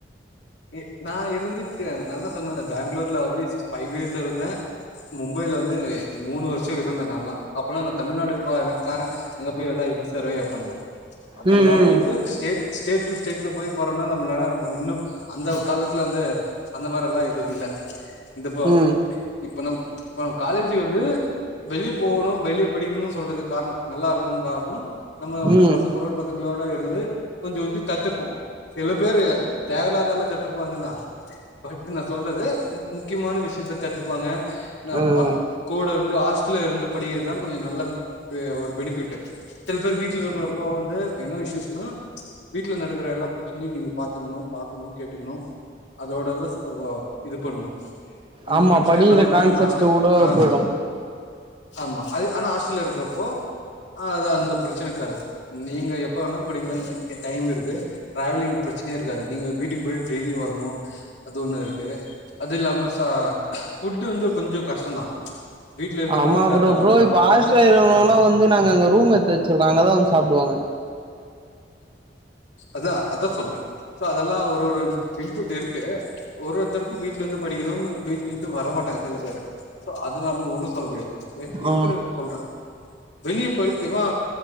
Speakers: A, on the left; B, on the right.
A: இ நா இருந்ருக்க நாதா சொன்னேலா பெங்களூர்ல வந்து ஃபைவ் இயர்ஸ் இருந்தே மும்பைல வந்து மூணு வருஷோ இருந்த நாலா அப்பன்னா நா தமிழ்நாடுபாரு காரே அங்க போய் எல்லா எப்டி சர்வேய பண்ண அதெல்லா
B: ம்
A: வந்து ஸ்டேட் ஸ்டேட் டூ ஸ்டேட்ல போய் போறதுனால நம்மள இன்னு அந்த காலத்துல வந்து அந்த மாரி எல்லா எதுவு இல்ல துபாய்
B: ம்
A: இப்ப நம் இப்ப காலேஜி வந்து வெளிய போணு வெளி படிக்குணு சொல்றதுக்கு காரணோ நல்லா இருக்கு காரணோ நம்ம வந்து
B: ம்
A: பசங்களோடு பசங்களோட இருந்து கொஞ்சோ கொஞ்சோ கத்துப்போ சில பேர் தேவல்லாததால கத்துப்பாங்கதா பட் நா சொல்றது முக்கியமான விஷியத்த கத்துப்பாங்க நா
B: ம்
A: பக் கூட இருந்து ஹாஸ்டல்ல இருந்து படிக்கிறதுனால கொஞ்சோ நல்லா ஒரு பெனிஃபிட்டு் சில பேர் வீட்ல இருக்கிறப்போ வந்து என்ன இஸ்யூஸ்ன்னா வீட்ல நடக்குற எல்லா பிரச்சனையு நீங்க பாத்துக்குணு பாக்கணு கேட்டுக்குணு அதோட இத வ இது பண்ணு அந்த
B: ஆமா
A: பிரச்சனை
B: படிகிற
A: எல்லா வந்து
B: கான்செப்ட்
A: நீங்க ஹாஸ்டல்
B: வுட
A: ஆ
B: போயிடு
A: ஆமா அது ஆனா ஹாஸ்டல்ல இருக்குறப்போ அது அந்த பிரச்சனைக்காது நீங்க எப் எப்ப வேணா படிக்கிலா இங்க டைம் இருக்கு டிராவலிங் பிரச்சனையே இருக்காது நீங்க வீட்டுக்கு போயிட்டு டெய்லி வரணு அது ஒண்ணு இருக்கு அது இல்லாம சா ஃபுட்டு் வந்து கொஞ்சோ கஷ்டந்தா வீட்ல இருக்க
B: ஆமா
A: மாரி இருக்காதுதா
B: ப்ரோ ப்ரோ
A: அதெல்லா
B: இப்ப ஹாஸ்டலு
A: பட் ஆ
B: வந்தா வந்து நாங்க அங்க ரூம் எத் வச்சிருகாங்க அங்கதா வந்து சாப்டுவாங்க
A: அதா அதா சொல்ற சோ அதெல்லா ஒரு ஒரு பெனிஃபிட் இருக்கு ஒரு ஒருத்தருக்கு வீட்ல இருந்து படிக்கணுனு வீட்ல இருந்து வரமாட்டாங்க சில பேரு சோ அது நம்ம ஒன்னு சொல்ல முடியாது பட்
B: ஆ
A: இருக்குறத சொல்ற வெளிய போய் ஏமா